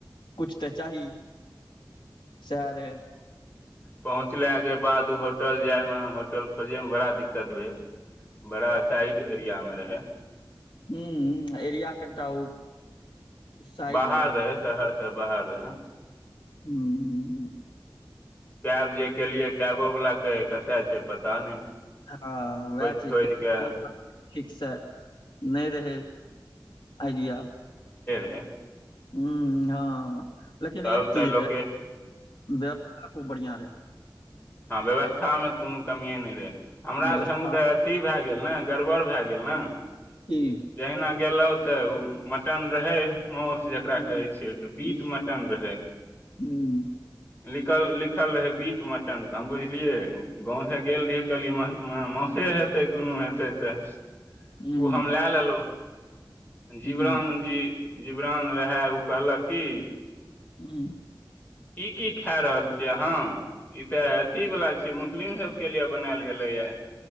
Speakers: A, on the left; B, on the left.
A: कुछ त चाही। सेह रहै।
B: पहुँचला के बाद होटल जायमे होटल खोजै मे बड़ा दिक्कत भेल। बड़ा साइड एरिया मे रहै।
A: हुं उं एरिया एकटा ओ। साइड
B: बाहर रहै शहर से बाहर रहै।
A: हुं उं
B: कैब जे केलियै कैबो वला कहै कतय छै पता नहि।
A: हँ
B: खोजि
A: वैह चीज
B: खोजि
A: के
B: कऽ
A: ओकर ठीक से नहि रहै आइडिया।
B: हे
A: हुं उं हँ लेकिन
B: तब
A: एक चीज
B: तऽ लोके
A: रहै व्यवस्था खुब बढ़ियां हे
B: हं व्यवस्था मे कोनो कमिए नहि रहै। हमरा‌
A: व्यवस्था
B: संग तऽ अथी भए गेल ने गड़बड़ भए गेल ने
A: की
B: जहिना गेलौं त ओ मटन रहै। मौस जकरा
A: हुँ
B: कहै छियै त बीट
A: हुँ
B: मटन रहै।
A: हुँ
B: लिखल लिखल रहै बीट म टन हम बुझलियै गाँव से गेल रहिये कहलियै म मौसे हेतै। ते कोनो हेतै ते
A: हुँ
B: ओ हम लए लेलहुँ। जीवरान
A: हुँ
B: जी जिवरान रहै ओ कहलक कि
A: हुं
B: इ की खाय रहल छियै अहाँ, इ ते अथी वाला छियै मुस्लिम सब के लिए बनायल गेलैये।